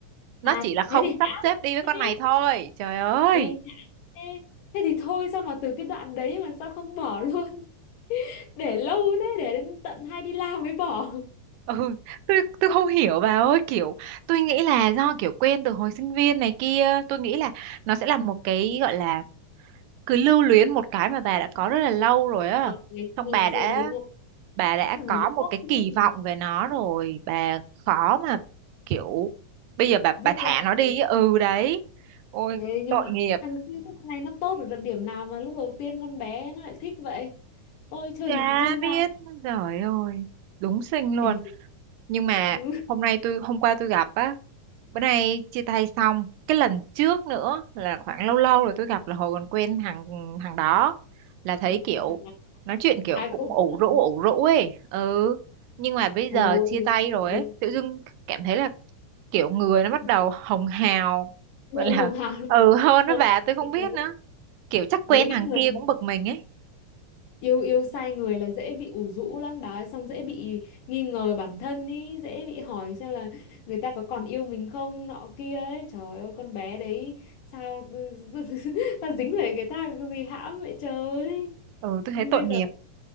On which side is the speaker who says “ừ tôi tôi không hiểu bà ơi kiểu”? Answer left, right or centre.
Right